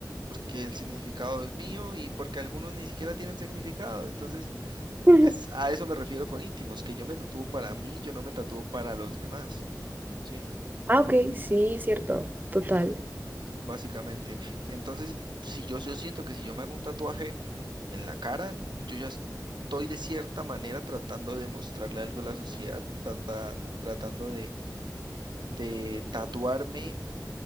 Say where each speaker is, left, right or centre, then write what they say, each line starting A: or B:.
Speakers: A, on the right; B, on the right.
A: porque el significado es mío y porque algunos ni siquiera tienen significado. Entonces,
B: <laughs>
A: es, a eso me refiero con íntimos, que yo me tatúo para mí, yo no me tatúo para los demás, ¿sí?
B: Ah, ok, sí, es cierto, total.
A: básicamente. Entonces, si yo, yo siento que si yo me hago un tatuaje en la cara, yo ya estoy de cierta manera tratando de mostrarle algo a la sociedad, trata- tratando de, de tatuarme